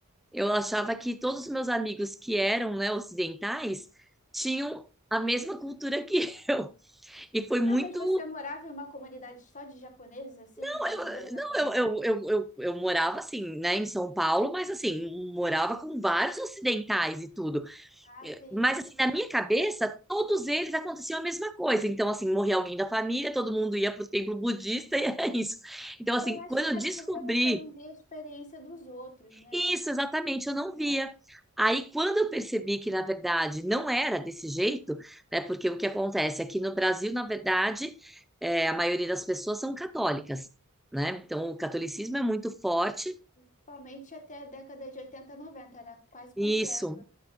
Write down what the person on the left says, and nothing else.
Ah, mas você morava em uma comunidade só de japoneses, assim,
brasileiros
japoneses?
Ah, sim.
Eu acho
que
era
porque você não via a experiência dos outros, né?
Eu acho
que
é,
sim.
Principalmente até a década de 80, 90 era quase
completo.